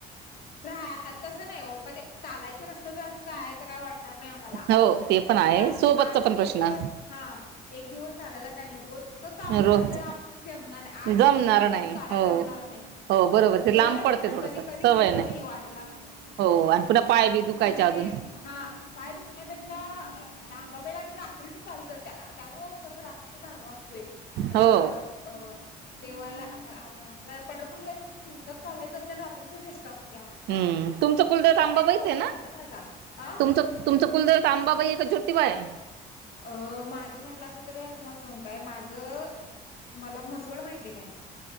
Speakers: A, on the left (about 65°); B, on the right (about 80°).
A: राहा तसं नाही हो म्हणजे चालायचं नसलं तर असं जाय तर काय वाटत नाही आम्हाला
B: हो ते पण आहे
A: कारण
B: सोबतचा पण
A: एक
B: प्रश्न
A: दिवस हा एक दिवस. चालेयला काय नाही रोजच चालण
B: रोज
A: म्हण आपल्याला जमणार आहे आठ
B: जमणार
A: दिवस कंटिन्यू
B: नाही
A: चालायला
B: हो
A: जमणार नाही.
B: हो बरोबर ते
A: सवय
B: लांब
A: नाही
B: पडते
A: ना
B: थोडस
A: कधी कधी
B: सवय
A: गेलो नाही वारीेला असं.
B: हो आणि पुन्हा पाय बी दुखायचे
A: आणि
B: अजून
A: हा पाय दुखण्यापेक्षा आंबाबाईला आम्ही रात्रीच चालू जाते आज त्यामुळं कसं रात्रीच घर गारवा असतोय ह्याला
B: हो
A: अ देवाला पंढरपूर जायचं म्हण दिवसात चालायच असते आणि रात्रीच रेस्ट असत्या.
B: हम् तुमचं कुलदेव त
A: हो
B: आंबाबाईच
A: मेन प्रॉब्लेम
B: आहे ना
A: माझा आ
B: तुमचं तुमचं कुलदेव त आंबाबाई का ज्योतिबा? काय?
A: अ माझं म्हटलं असं तर तुम्हाला सांग काय माझं. तुम्हाला म्हसवड माहिती काय